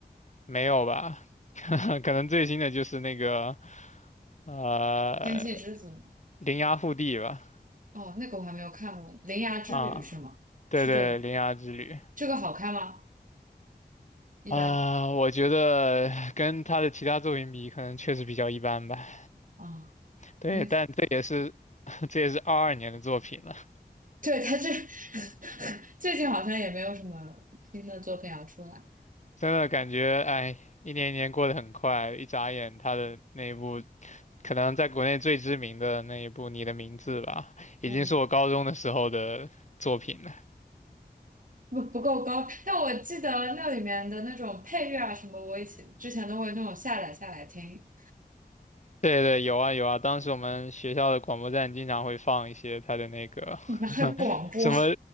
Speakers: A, on the left; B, on the right.
A: 没有吧？<laughs> 可能最新的就是那个，呃，
B: 天气之子》吗？
A: 铃芽护地吧。
B: 哦，那个我还没有看过，《铃芽之旅》是吗？
A: 啊，对对，
B: 是这个，
A: 《铃芽之旅》
B: 这个好看吗？一般
A: 啊，我觉得跟他的其他作品比，可能确实比较一般吧。
B: 啊，
A: 对，
B: 那个，
A: 但这也是 <laughs> 这也是二二年的作品了。
B: 对，他这 <laughs> 最近好像也没有什么新的作品要出来，
A: 真的感觉，哎，一年一年过得很快，一眨眼，他的那一部可能在国内最知名的那一部《你的名字》吧，已经是我高中的时候的作品了。
B: 嗯，不不够高，但我记得那里面的那种配乐啊什么，我以前之前都会那种下载下来听。
A: 对对，有啊有啊，当时我们学校的广播站经常会放一些他的那个
B: 你们还有广播？
A: <laughs> 什么